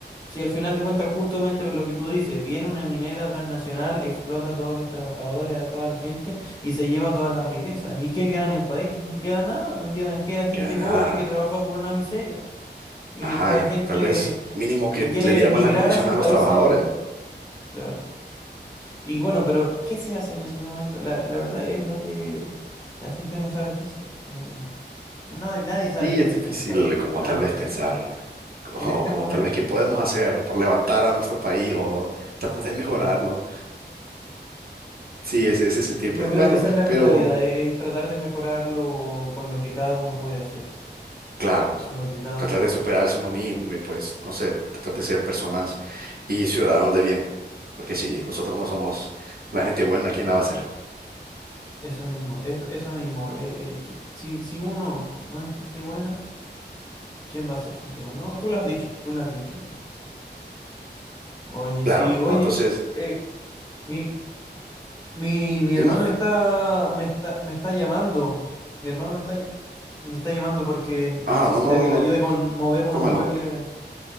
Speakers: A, on the left; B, on the right.
A: si al final de cuentas justamente lo que tú dices, viene una minera transnacional, explota a todos los trabajadores, a toda la gente, y se lleva todas las riquezas. ¿Y qué queda en el país? No queda nada, no queda, queda gente
B: que da nada,
A: pobre que trabaja por una miseria, y
B: ajá,
A: queda
B: y
A: gente
B: tal vez mínimo que
A: que quiere
B: le dieran
A: emigrar
B: buenas condiciones
A: a sus países,
B: a los trabajadores.
A: claro. Y bueno, pero ¿qué se hace en ese momento? La, la verdad es lo que la gente no sabe qué hacer. No- no- nadie sabe
B: sí
A: qué
B: es
A: hacer
B: difícil
A: en esta vida.
B: como
A: Nadie
B: tal vez
A: qué hacer.
B: pensar, <laughs>
A: En
B: o
A: este
B: como
A: momento
B: tal vez qué podemos
A: también,
B: hacer por levantar a nuestro país o tratar de mejorarlo.
A: claro.
B: Sí, ese, ese sentir,
A: Yo
B: pues
A: creo
B: bueno,
A: que esa es la mentalidad,
B: pero
A: e- es, tratar de mejorarlo con lo que cada uno puede hacer,
B: claro,
A: con lo que cada
B: tratar
A: uno,
B: de superarse uno mismo y pues, no sé, tratar de ser personas y ciudadanos de bien, porque si nosotros no somos la gente buena, ¿quién la va a ser?
A: eso mismo, es eso mismo. eh, eh, qui- si, si uno no es gente buena, ¿quién va a ser gente buena? No, tú lo has dicho, tú lo has dicho. Oye,
B: Claro,
A: sí, oye,
B: no, entonces,
A: eh, mi, Mi, mi
B: dime,
A: hermano me está, me está, me está llamando. Mi hermano me está, ll- me está llamando porque necesita
B: ah, no, no, no,
A: que le
B: no,
A: ayude con mover unos
B: tómalo,
A: muebles.